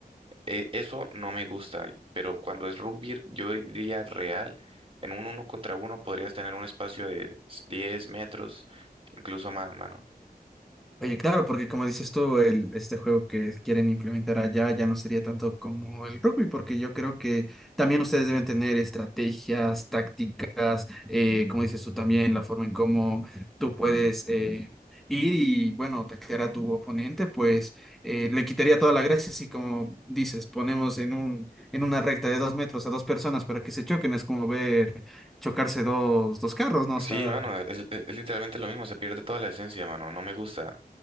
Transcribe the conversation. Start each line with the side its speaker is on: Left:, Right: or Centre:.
Right: E- Eso no me gusta, pero cuando es rugby, yo diría real, en un uno contra uno podrías tener un espacio de diez metros, incluso más, mano.
Centre: Oye, claro, porque como dices tú, el, este juego que quieren implementar allá ya no sería tanto como el rugby, porque yo creo que también ustedes deben tener estrategias, tácticas, eh, como dices tú también, la forma en cómo tú puedes eh, ir y, bueno, atacar a tu oponente, pues eh, le quitaría toda la gracia si, como dices, ponemos en un, en una recta de dos metros a dos personas para que se choquen, es como ver chocarse dos, dos carros, ¿no?
Right: Sí,
Centre: O sea...
Right: mano, es, es- es literalmente lo mismo, se pierde toda la esencia, mano, no me gusta.